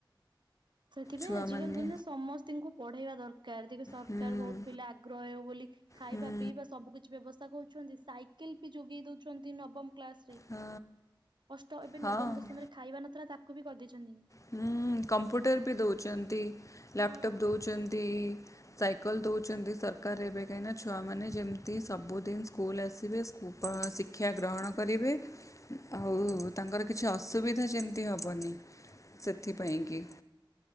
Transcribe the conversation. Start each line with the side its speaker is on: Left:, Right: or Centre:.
Right: ସେଥିପାଇଁ
Left: ଛୁଆମାନେ
Right: ଆଜିକାଲି ଦୁନିଆ ସମସ୍ତିଙ୍କୁ ପଢେଇବା ଦରକା କାର ଦେଖିବେ ସରକାର
Left: ହୁଁ
Right: ବହୁତ ପିଲା ଆଗ୍ରହ ହେବେବୋଲି ଖାଇବା
Left: ହୁଁ
Right: ପିଇବା ସବୁକିଛି ବ୍ୟବସ୍ଥା କରୁଛନ୍ତି ସାଇକେଲ ବି ଯୋଗେଇ ଦଉଛନ୍ତି ନବମ କ୍ଲାସ ଚି
Left: ହଁ
Right: ଅଷ୍ଟ ଏବେ
Left: ହଁ
Right: ନବମ ଦଶମରେ ଖାଇବା ନଥିଲା ତାକୁ ବି କରିଦେଇଚନ୍ତି।
Left: ହୁଁ କମ୍ପ୍ୟୁଟର ବି ଦଉଚନ୍ତି ଲ୍ୟାପଟପ୍
Right: ହଁ
Left: ଦଉଚନ୍ତି। ସାଇକଲ ଦଉଚନ୍ତି ସରକାର ଏବେ କାହିଁନା ଛୁଆମାନେ ଯେମତି ସବୁଦିନ ସ୍କୁଲ ଆସିବେ। କଣ ଶିକ୍ଷା ଗ୍ରହଣ କରିବେ। ଆଉ ତାଙ୍କର କିଛି ଅସୁବିଧା ଯେମିତି ହବନି। ସେଥିପାଇଁକିି।